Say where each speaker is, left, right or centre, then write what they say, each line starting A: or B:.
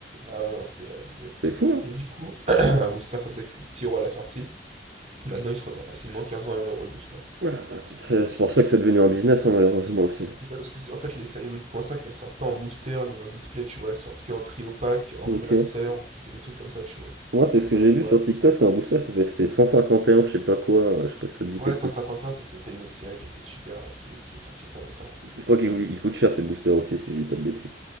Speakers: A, on the right; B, on the right.
A: Ah ouais, non, c'était abusé.
B: C'est fou, hein.
A: Et du coup, <clears throat> un booster comme ça qui coûte 6 euros à la sortie, maintenant, il se revend facilement 15-20 euros le booster.
B: Ah bah, tu te fais c'est pour ça que c'est devenu un business, hein, malheureusement aussi.
A: C'est ça, parce que c'est- en fait, les séries 8.5, elles sortent pas en booster ni en display, tu vois. Elles sortent que en trio pack, en
B: Ok.
A: classeur, ou que des trucs comme ça, tu vois.
B: Moi, c'est
A: Ou
B: ce que
A: dans
B: j'ai
A: les boîtes.
B: vu sur TikTok, c'est un booster, ça fait c'est 151, je sais pas quoi, euh, je sais pas si ça te dit
A: Ouais,
B: quelque
A: 151,
B: chose.
A: ça c'était une autre série qui était super, là, qui, qui est sortie il y a pas longtemps.
B: Je crois qu'il il coûte cher ces boosters aussi, si je dis pas de bêtises.